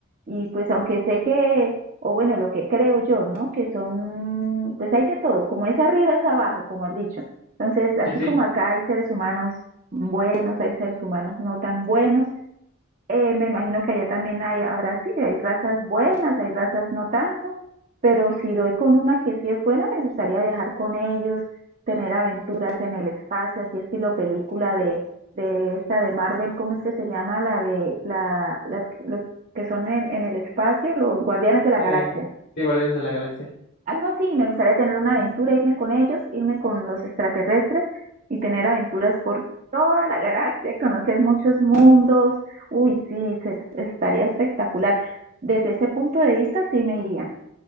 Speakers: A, on the right; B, on the left.
A: Y pues aunque sé que, o bueno, lo que creo yo, ¿no? Que son, pues hay de todo, como es arriba es abajo, como he dicho. Entonces, así
B: Sí, sí.
A: como acá hay seres humanos buenos, hay seres humanos no tan buenos, eh, me imagino que allá también hay, habrá, sí, hay razas buenas, hay razas no tanto, pero si doy con una que sí es buena, me gustaría viajar con ellos, tener aventuras en el espacio, así estilo película de, de esta de Marvel, ¿cómo es que se llama? La de la, las, los que son en, en el espacio, los Guardianes de la
B: Eh,
A: Galaxia.
B: sí, Guardianes de la Galaxia.
A: Algo así, me gustaría tener una aventura, irme con ellos, irme con los extraterrestres y tener aventuras por toda la galaxia, conocer muchos mundos. Uy, sí, se- estaría espectacular. Desde ese punto de vista, sí me iría.